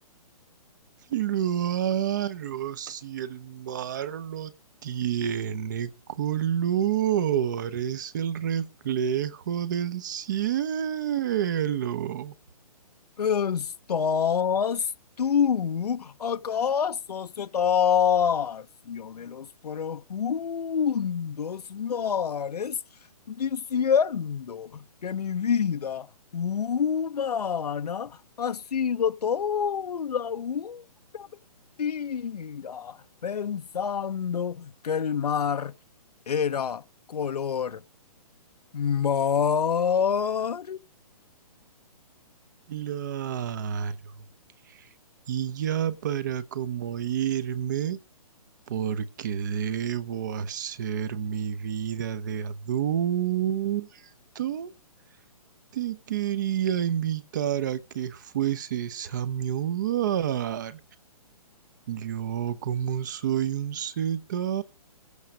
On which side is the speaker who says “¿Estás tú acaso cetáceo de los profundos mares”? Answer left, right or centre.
Left